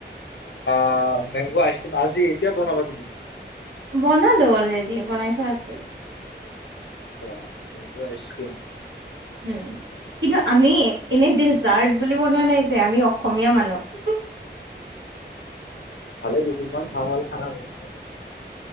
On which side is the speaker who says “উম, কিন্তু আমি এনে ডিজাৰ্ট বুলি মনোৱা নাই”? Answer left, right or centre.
Right